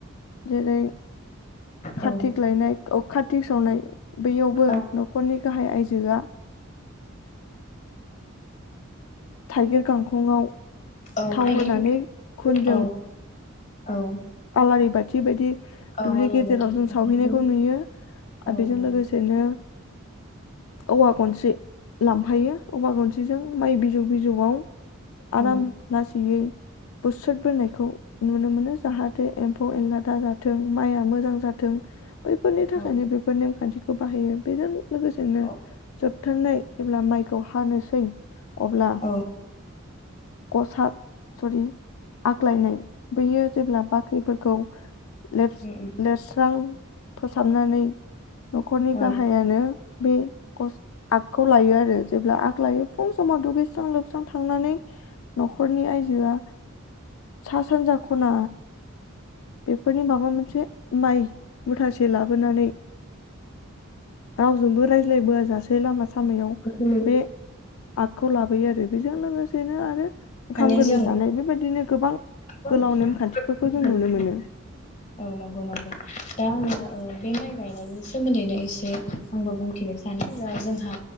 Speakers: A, on the left; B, on the left.
A: जेरै
B: औ
A: कार्तिक लायनाय औ कार्तिक सावनाय बैयावबो
B: औ
A: न'खरनि गाहाय आइजोआ थाइगिर गांखंआव
B: औ
A: थाव
B: थाइगिर
A: होनानै खुनजों
B: औ औ
A: आलारि बाथ जिबायदि
B: औ
A: दुब्लि
B: आलारि
A: गेजेराव
B: बाथि सावहैयो
A: जों सावहैनायखौ नुयो
B: औ
A: आरो बेजों
B: नंगौ
A: लोगोसेनो औवा गनसि लांफायो औवा गनसिजों माइ बिजौ बिजौआव आराम
B: उम
A: लासैयै बुस्रोद बोनायखौ नुनो मोनो जाहाथे एम्फौ एनला दा जाथों माइया मोजां जाथों बैफोरनि थाखायनो
B: औ
A: बेफोर नेमखान्थिखौ बाहायो बेजों लोगोसेनो
B: औ
A: जोबथारनाय जेब्ला माइखौ हानोसै अब्ला
B: औ
A: गसाद सरि आग्लायनाय बेयो जेब्ला बाख्रिफोरखौ लिर
B: उम
A: लिरस्रां फोसाबनानै नखरनि
B: औ
A: गाहायानो बे गस आगखौ लायो आरो जेब्ला आग लायो। फुं समाव दुगैस्रां लोबस्रां थांनानै नखरनि आइजोआ सा सानजा खना बेफोरनि माबा मोनसे माइ मुथासे लाबोनानै रावजोंबो रायज्लायबोआ जासे लामा सामायाव
B: बेखौ
A: बे आगखौ लाबोयो आरो। बेजों लोगोसे बिदिनो आरो ओंखाम
B: माने
A: गोरलै
B: जों
A: जानाय बेबायदिनो गोबां
B: <unintelligible>
A: गोलाव नेमखान्थिफोरखौ जों नुनो मोनो
B: ओ बे माइ गायनायनि सोमोन्दैनो एसे आंबो बुंथिनो सानो दा जोंहा